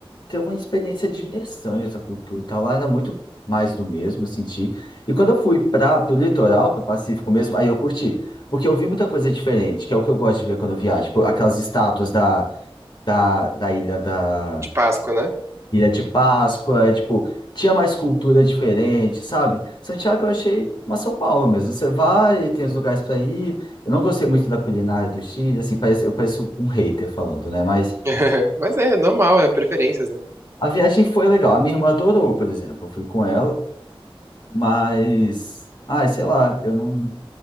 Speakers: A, on the left; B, on the right.
A: ter uma experiência de imersão em outra cultura e tal. Lá era muito mais do mesmo, eu senti. E quando eu fui para o litoral, para o Pacífico mesmo, aí eu curti. Porque eu vi muita coisa diferente, que é o que eu gosto de ver quando eu viajo. Tipo, aquelas estátuas da, da, da ilha da
B: de Páscoa, né?
A: Ilha de Páscoa, tipo, tinha mais cultura diferente, sabe? Santiago eu achei uma São Paulo mesmo. Você vai, tem os lugares para ir. Eu não gostei muito da culinária do Chile, assim, parece, eu pareço um hater falando, né? Mas
B: <laughs> Mas é normal, é preferências, né?
A: a viagem foi legal. A minha irmã adorou, por exemplo. Eu fui com ela, mas, ai, sei lá, eu não,